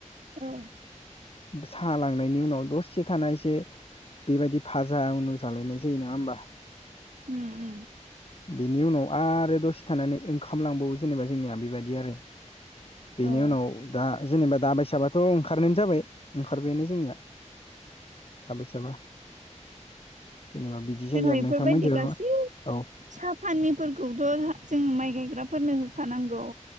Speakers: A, on the right (about 75°); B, on the left (about 50°).
A: औ।
B: साहा लांनायनि उनाव दसे थाना एसे बेबायदि भाजा उनु जालायनाय जायो नङा होमबा?
A: उम।
B: बिनि उनाव आरो दसे थानानै ओं खाम लांबावो जेनेबा जोंनिया बेबायदि आरो। बेनि
A: औ ओं
B: उनाव दा जेनेबा दाबायसाबाथ' ओंखारनायानो जाबाय ओंखारबायानो जोंनिया। साबै साबा जेनेबा बिदि जायो
A: जोंना
B: आरो
A: एफोरबायदि
B: नोंथांमोन जेनेबा
A: गासै
B: औ
A: साहा फानिफोरखौथ' जों माइ गायग्राफोरनो होखानांगौ।